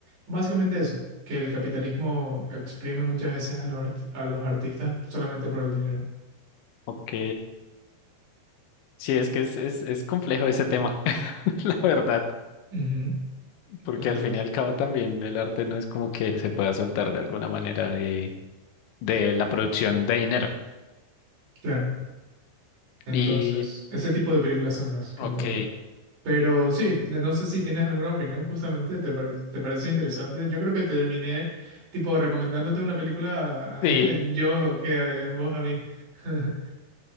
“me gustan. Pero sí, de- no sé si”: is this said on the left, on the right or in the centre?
Right